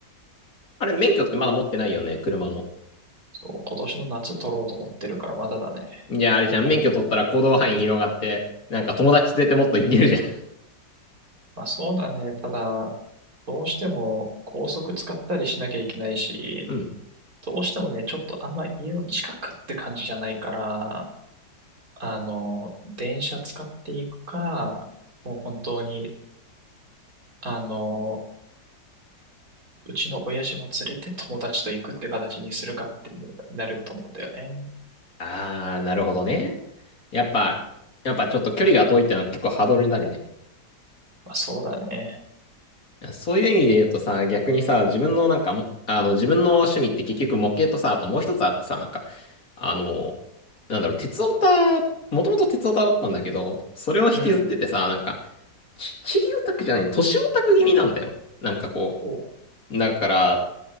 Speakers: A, on the left; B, on the right.
A: あれ、免許ってまだ持ってないよね、車の。
B: そう、今年の夏取ろうと思ってるからまだだね。
A: じゃあ、あれじゃん、免許取ったら行動範囲広がって、なんか友達連れてもっと行けるじゃん。
B: まあそうだね。ただ、どうしても高速使ったりしなきゃいけないし、
A: <laughs> うん。
B: どうしてもね、ちょっとあんま家の近くって感じじゃないから、あの、電車使っていくか、もう本当に、あの、うちの親父も連れて友達と行くって形にするかってなると思うんだよね。
A: あー、なるほどね。やっぱ、やっぱちょっと距離が遠いってのは結構ハードルになるね。
B: まあそうだね。
A: そういう意味で言うとさ、逆にさ、自分のなんかも、あの、自分の趣味って結局模型とさ、あともう一つあってさ、なんか、あの、なんだろう、鉄オタ、もともと鉄オタだったんだけど、それを引きずっててさ、
B: うん。
A: なんか、ち、チリオタクじゃない、都市オタク気味なんだよ。なんかこ
B: おう
A: う、だから、